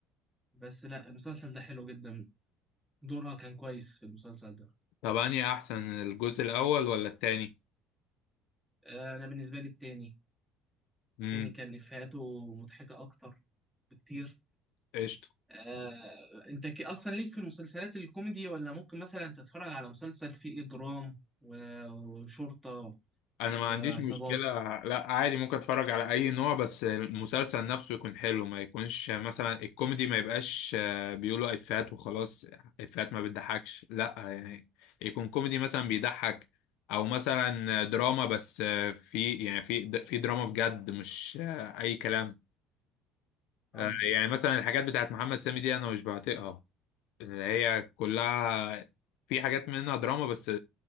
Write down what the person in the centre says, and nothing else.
بس لا المسلسل ده حلو جدا دورها كان كويس في المسلسل ده
آه، أنا بالنسبة لي التاني
التاني كان إفيهاته مضحكة أكتر بكتير
آه، أنت ك- أصلا ليك في المسلسلات الكوميدي ولا ممكن مثلا تتفرج على مسلسل فيه إجرام و- وشرطة
وعصابات
آه،